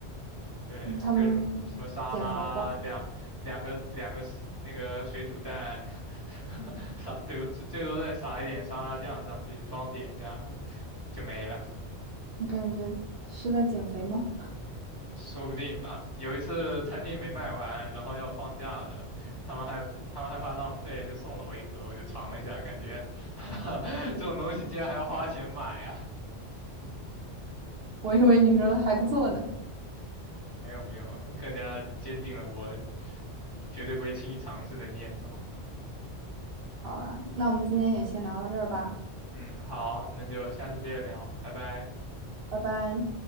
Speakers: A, on the left; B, on the right.
A: 对，
B: 他们
A: 就是什么沙拉两两个两个
B: 减肥吧，
A: s- 那个水煮蛋，<laughs> 撒对最最多再撒一点沙拉酱上去，装点一下就没了，
B: 我感觉是在减肥吗？
A: 说不定吧。有一次餐厅没卖完，然后要放假了，他们还他们害怕浪费，就送了我一盒，我就尝了一下，感觉 <laughs> 这种东西竟然还要花钱买啊。
B: 我以为你说还不错呢。
A: 嗯，没有没有，更加坚定了我绝对不会轻易尝试的念头。
B: 好了，那我们今天也先聊到这儿吧，
A: 嗯，好，那就下次接着聊，拜拜。
B: 拜拜。